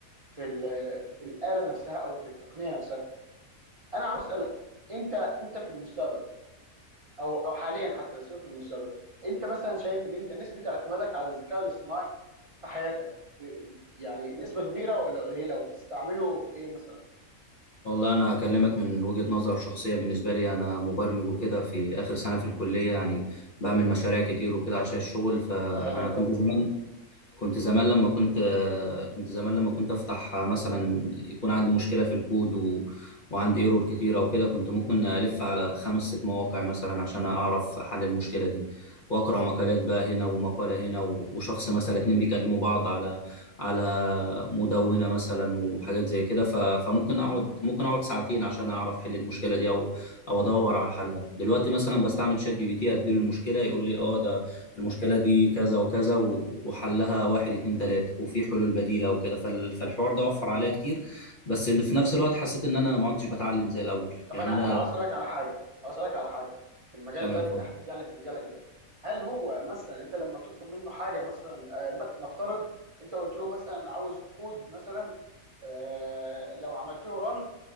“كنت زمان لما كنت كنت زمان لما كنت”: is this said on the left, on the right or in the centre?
Left